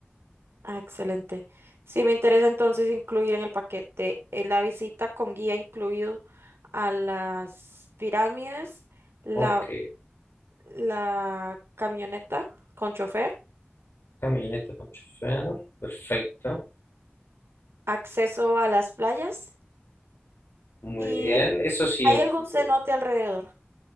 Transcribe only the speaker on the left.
Ok,
camioneta con chofer, perfecto,
muy
bien. Eso sí,
un-